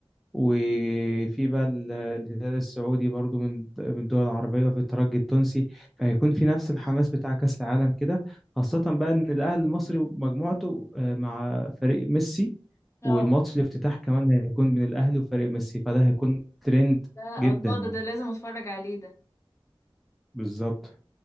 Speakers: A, in the centre; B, on the left.
A: وفي بقى ال- الهلال السعودي برضو من من الدول العربية وفي الترجي التونسي فهيكون في نفس الحماس بتاع كأس العالم كده خاصة بقى إن الأهلي المصري مجموعته آه، مع فريق ميسي
B: اه
A: والماتش الافتتاح كمان هيكون من الأهلي وفريق ميسي فده هيكون ترند
B: ده
A: جدا
B: الله
A: يعني
B: ده ده لازم اتفرج عليه ده
A: بالظبط